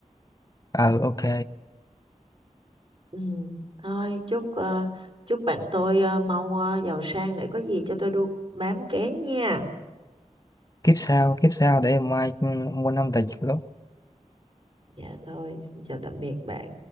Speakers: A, on the left (about 25°); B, on the right (about 45°).
A: ờ ok
B: Ừ. Thôi chúc ờ, chúc bạn tôi ờ, mau ờ, giàu sang để có gì cho tôi đu bám ké nha.
A: kiếp sau kiếp sau để em mai ừ, mua năm tờ giật lốt
B: Dạ thôi, xin chào tạm biệt bạn.